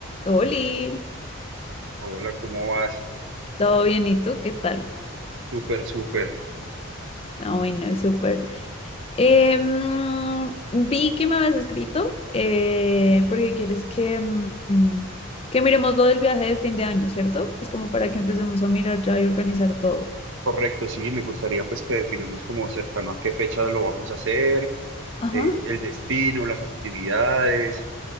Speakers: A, on the left (about 25°); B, on the right (about 55°).
A: Oli,
B: Hola, ¿cómo vas?
A: todo bien, ¿y tú qué tal?
B: Súper, súper.
A: Ah, bueno, súper. Em, vi que me habías escrito eh, porque quieres que, mm, mm, que miremos lo del viaje de fin de año, ¿cierto? Pues como para que empecemos a mirar ya y organizar todo.
B: Correcto, sí, me gustaría pues que definamos como cercano a qué fecha lo vamos a hacer,
A: Ajá,
B: eh, el destino, las actividades,